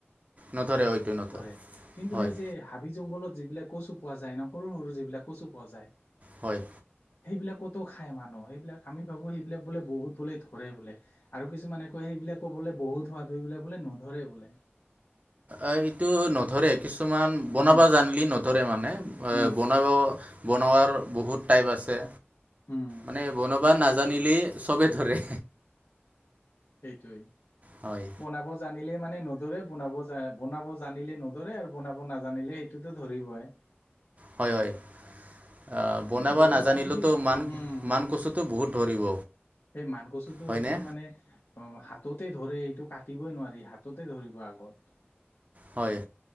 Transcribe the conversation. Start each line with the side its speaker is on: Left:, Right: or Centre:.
Right: নধৰে হয়তো নধৰে
Left: েঅ কিন্তু
Right: হয়
Left: সেই হাবি জঘলত যিলাক কচু পোৱা যায় ন সৰু সৰু যিবিলাক কচু পোৱা যায়
Right: হয়
Left: সেইবিলাকত খাই মানুহ সেইবিলাক আমি ভাবো সেইবিলাক বোলে বহুত বোলে ধৰে বোলে আৰু কিছুমানে কয় সেইবিলাক ক'বলে বহুত হোৱা ধুইবিলাক বোলে নোধৰে বোলে
Right: অ এইটো নধৰে কিছু কিছুমান বনাবা
Left: উম,
Right: জানলি নধৰে মানে এ
Left: উম,
Right: বনাব বনোৱাৰ বহুত টাইপ আছে
Left: উম,
Right: মানে বনাবা নাজানিলেই চব ধৰে
Left: সেইটোৱে
Right: হয়
Left: বনাব জানিলে মানে নধৰে বনাব বনাব জানিলে নধৰে আৰু বনাব নাজানিলে সেইটোতো ধৰিবই
Right: হয় হয় অ বনাব
Left: এইটো গৰম
Right: নাজানিলোতো
Left: পানী দি
Right: মান
Left: উম
Right: মানকচুটো বহুত ধৰিব
Left: সেই মান কচু সেইটো
Right: হয়নে
Left: মানে অ হাতত তে ধৰে এইটো কাটিবই নোৱাৰি হাততে ধৰিব আগত
Right: হয়